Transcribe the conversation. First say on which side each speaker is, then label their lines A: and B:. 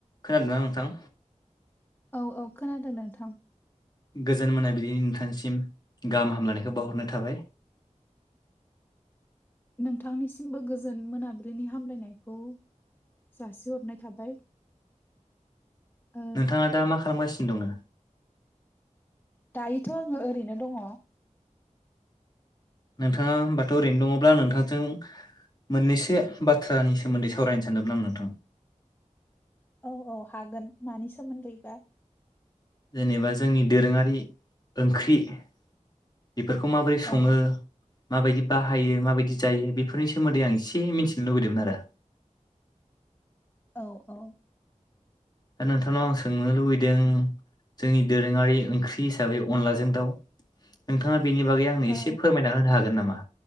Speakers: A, on the left; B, on the left.
A: खोनादोंना नोंथां?
B: औ औ खोनादों नोंथां?
A: गोजोन मोना बिदिनि नोंथांसिम गाहाम हामलनायखौ बावहरनाय थाबाय
B: नोंथांनिसिमबो गोजोन मोनाबिलिनि हामलायनायखौ जासिहरनाय थाबाय ओ
A: नोंथाङा दा मा खालामगासिनो दङ?
B: दायोथ' आङो ओरैनो दङ।
A: नोंथाङा होनबाथौ ओरैनो दङब्ला आं नोंथांजों मोननैसो। बाथ्रानि सोमोन्दै सावरायनो सानदोंमोन आं नोंथां।
B: औ औ हागोन। मानि सोमोन्दैबा
A: जेनेबा जोंनि दोरोङारि ओंख्रि बेफोरखौ माबोरै सङो।
B: औ
A: माबायदि बाहायो माबायदि जायो बेफोरनि सोमोन्दै आं एसे मिथिनो लुबैदोंमोन आरो।
B: औ औ
A: दा नोंथांनाव आं सोंनो लुबैदों। जोंनि दोरोङारि ओंख्रि हिसाबै अनलाजों दाउ नोंथाङा बेनि बागै आंनो
B: ओ
A: एसे फोरमायना होनो हागोन नामा